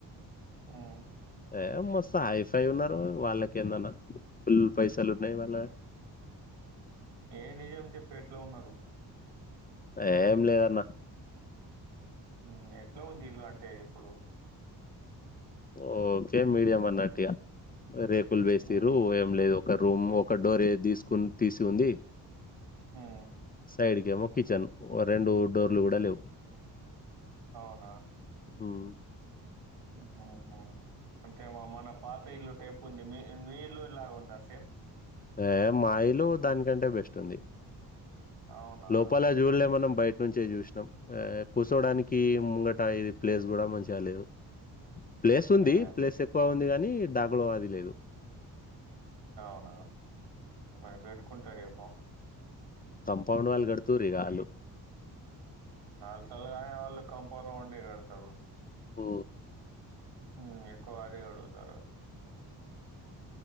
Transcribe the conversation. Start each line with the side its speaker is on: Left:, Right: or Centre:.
Right: హ్మ్
Left: ఏ మస్తు హై ఫై ఉన్నారు వాళ్ళకి ఏందన్నా ఫుల్ పైసలు ఉన్నాయి వాళ్ళ
Right: ఏ నిజం చెప్పు ఎట్లా ఉన్నారు
Left: ఏం లేదన్న
Right: హ్మ్ ఎట్లా ఉంది ఇల్లు అంటే ఇప్పుడు
Left: ఓకే మీడియం అన్నటియా రేకులు వేసిర్రు
Right: ఉమ్
Left: ఏం లేదు ఒక రూమ్ ఒక డోరే తీసుకుని తీసి ఉంది
Right: ఉమ్
Left: సైడ్ కి ఏమో కిచెన్ రెండు డోర్లు కూడా లేవు
Right: అవునా
Left: హ్మ్
Right: హు హు అంటే మా మన పాత ఇల్లు టైపు ఉంది మీ మీ ఇల్లు లాగ ఉందా సేమ్
Left: ఏ మా ఇల్లు దానికంటే బెస్ట్ ఉంది
Right: అవునా
Left: లోపల జూడలే మనం బయ నుంచే చూసినాం కూర్చోడానికి ముంగట ఇది ప్లేస్ కూడా మంచిగా లేదు ప్లేస్ ఉంది
Right: ఏ
Left: ప్లేస్ ఎక్కువ ఉంది గాని డ <unintelligible> వాదిలేదు
Right: అవునా పని పెట్టుకుంటారు ఎప
Left: కంపౌండ్ వాల్ కడుతూరిగా వాళ్లు
Right: నాలుగు గదులే కానీ వాళ్లు కంపౌండ్ వాలే కడతారు
Left: ఆ
Right: మ్ ఎక్కువ అదే అడుగుతారు